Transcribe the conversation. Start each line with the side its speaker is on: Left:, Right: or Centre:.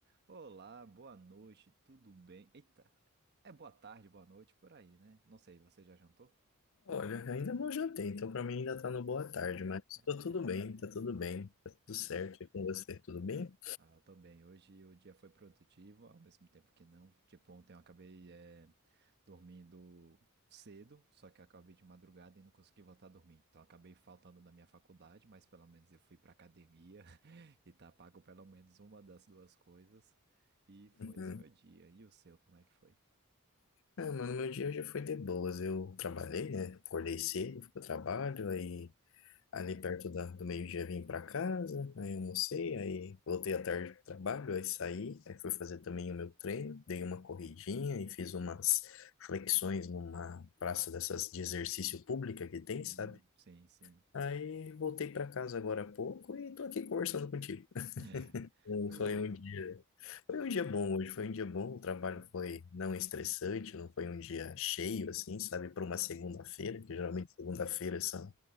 Right: Olá, boa noite, tudo bem? Eita, é boa tarde, boa noite, por aí, né? Não sei, você já jantou?
Left: Olha, ainda não jantei, então pra mim ainda tá no boa tarde, mas
Right: <laughs>
Left: tô tudo bem, tá tudo bem, tá
Right: É,
Left: tudo certo
Right: é,
Left: e com você, tudo bem?
Right: ah, eu tô bem. Hoje o dia foi produtivo, ao mesmo tempo que não. Tipo, ontem eu acabei é, dormindo cedo, só que acabei de madrugada e não consegui voltar a dormir. Então acabei faltando da minha faculdade, mas pelo menos eu fui pra academia <laughs> e tá pago pelo menos uma das duas coisas. E foi
Left: Uhum.
Right: esse meu dia. E o seu, como é que foi?
Left: Ah, mano, meu dia já foi de boas, eu trabalhei, né, acordei cedo, fui pro trabalho, aí ali perto da, do meio-dia vim pra casa, aí almocei, aí voltei à tarde pro trabalho, aí saí, aí fui fazer também o meu treino, dei uma corridinha e fiz umas flexões numa praça dessas de exercício pública que tem,
Right: Hum,
Left: sabe?
Right: sim, sim.
Left: Aí voltei para casa agora há pouco e tô aqui conversando contigo.
Right: É,
Left: Não
Right: coisa
Left: Foi
Right: boa.
Left: um dia, foi um dia bom hoje, foi um dia bom, o trabalho
Right: Foi-
Left: foi não estressante, não foi um dia cheio assim, sabe, para uma segunda-feira, que geralmente segunda-feiras são